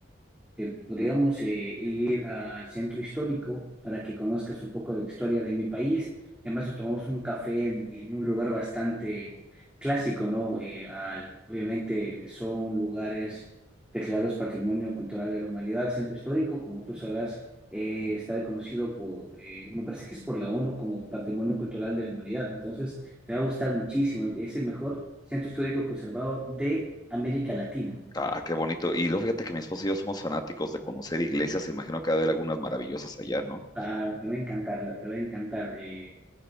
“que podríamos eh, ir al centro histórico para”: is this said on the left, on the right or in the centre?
Centre